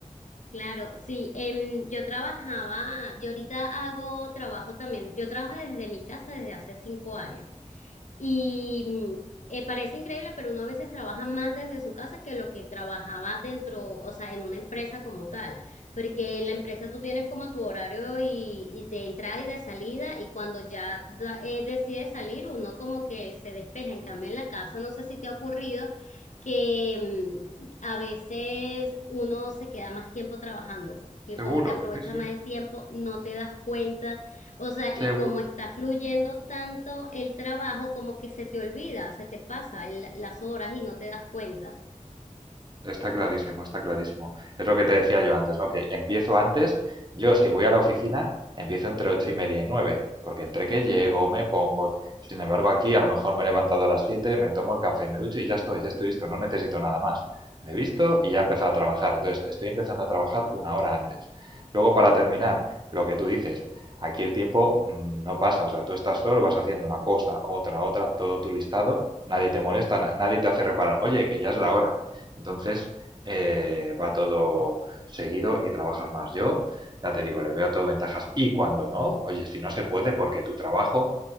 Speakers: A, on the left; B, on the right.
A: Claro, sí, em, yo trabajaba, yo ahorita hago trabajo también, yo trabajo desde mi casa desde hace cinco años. Y mm, eh, parece increíble, pero uno a veces trabaja más desde su casa que lo que trabajaba dentro, o sea, en una empresa como tal, porque en la empresa tú tienes como tu horario y, y de entrada y de salida, y cuando ya da- eh, decides salir, uno como que se despeja. En cambio, en la casa, no sé si te ha ocurrido que mm, a veces uno se queda más tiempo trabajando. que
B: Seguro,
A: como que aprovecha
B: sí, sí,
A: más el tiempo, no te das cuenta o sea,
B: seguro.
A: y como está fluyendo tanto el trabajo, como que se te olvida, se te pasa el- las horas y no te das cuenta.
B: Está clarísimo, está clarísimo. Es lo que te decía yo antes, ¿no? Que empiezo antes, yo si voy a la oficina, empiezo entre ocho y media y nueve, porque entre que llego, me pongo. Sin embargo, aquí a lo mejor me he levantado a las siete, me tomo el café, me ducho y ya estoy, ya estoy listo, no necesito nada más. Me he visto y ya he empezado a trabajar. Entonces, estoy empezando a trabajar una hora antes. Luego, para terminar, lo que tú dices, aquí el tiempo mm, no pasa, o sea, tú estás solo, vas haciendo una cosa, otra, otra, todo tu listado, nadie te molesta, na- nadie te hace reparar, oye, que ya es la hora. Entonces, eh, va todo seguido y trabajas más. Yo, ya te digo, le veo todo ventajas. Y cuando no, oye, si no se puede porque tu trabajo